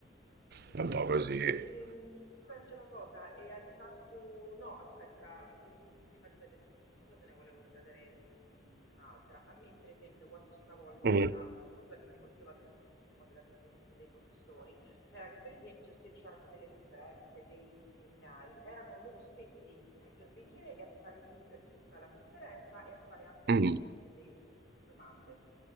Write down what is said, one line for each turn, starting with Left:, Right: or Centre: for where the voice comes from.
Left: Ho capito.
Right: è un po' così.
Left: Ehm, senti una cosa, e hai notato... No, aspetta, pri- mh, prima di chiederti questa cosa te ne volevo chiedere un'altra. A me, per esempio, quando stavo a Londra,
Right: Mm,
Left: una cosa che mi colpiva tantissimo dell'atteggiamento dei professori era che, per esempio, se c'erano delle conferenze, dei seminari, erano loro stessi a intervenire e a stare lì per tutta la conferenza e a fare anche alla
Right: mm,
Left: fine le domande.